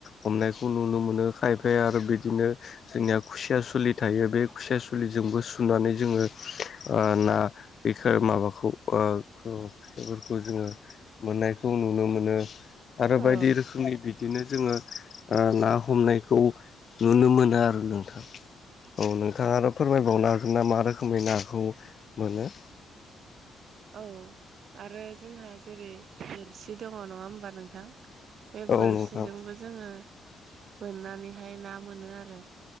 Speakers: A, on the left; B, on the right.
A: हमनायखौ नुनो मोनो खायफाया आरो बिदिनो जोंनिया खुसिया सुलि थायो बे खुसिया सुलिजोंबो सुनानै जोङो ना बेखौ माबाखौ <unintelligible> जोङो मोननायखौ नुनो मोनो आरो बायदि
B: औ
A: रोखोमनि बि दिनो जोङो ना हमनायखौ नुनो मोनो आरो नोंथां औ नोंथाङा आरो फोरमायबावनो हागोन ना मा रोखोमै नाखौ मोनो
B: औ आरो जोंहा जेरै दोरसि दङ नङा होमबा नोंथां बे बोरसिजोंबो
A: औ नोंथां
B: जोङो बोननानैहाय ना मोनो आरो